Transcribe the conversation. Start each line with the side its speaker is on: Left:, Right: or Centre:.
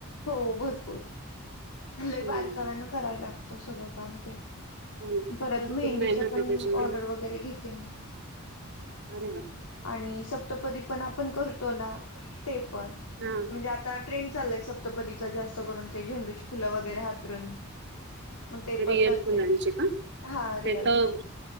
Left: हो अ भरंपूर म्हं
Right: हम्म
Left: बारकांव्यान करायला लागतं सगळं कामं ते.
Right: हो ना.
Left: परतं
Right: भरपूर
Left: मेहंदीच्या
Right: मेहनत
Left: पण
Right: आहे त्याच्यामुळे
Left: ऑर्डर वगैरे घेते मीं.
Right: अरेनं. -
Left: आणि सप्तंपदी पण आपण करतो नां ते पणं.
Right: हा
Left: म्हणजे अ आता ट्रेंड चालयं सप्तंपतीचा जास्त. करून ते झेंडूची फुलं वगैरे हातरून.
Right: <inaudible>
Left: मग ते
Right: रियल
Left: पण करते
Right: फुलांचे कां?
Left: हा रिअल
Right: ते तर्
Left: फुल